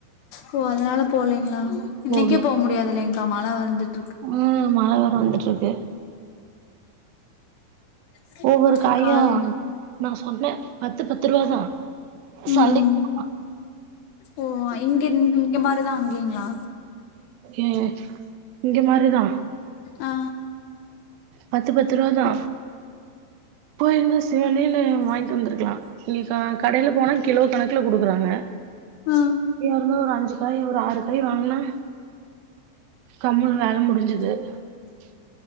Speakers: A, on the left (about 70°); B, on the right (about 75°).
A: சோ அதனால போலிங்ளா இன்னைக்கு
B: போகல
A: போ முடியாது இல்லைங் மழ வந்துட்
B: ம் மழ வேற வந்துட்ரு ருக்கு
A: ச
B: ஒவ்வொரு
A: ம்
B: காயா
A: காலேல
B: வாங்கி நா சொன்னே பத்து பத்து ரூபா தா சந்தைக்கு
A: ம்
B: போலா
A: ஓ இங்க இங்க மாதிரிதா அங்கய்ங்ளா
B: எ இங்க மாரிதா
A: ஆ
B: பத்து பத்து ருவா தா போயிருந்தா சிவனேனு வாங்கிட்டு வந்ருக்லா இங்க க கடைல போனா கிலோ கணக் குல குடுக்குறாங்க
A: ஆ
B: இங்கயா இருந்தா ஒரு அஞ்சு காய் ஒரு ஆறு காய் வாங்னா கம்முனு வேல முடிஞ்சுது து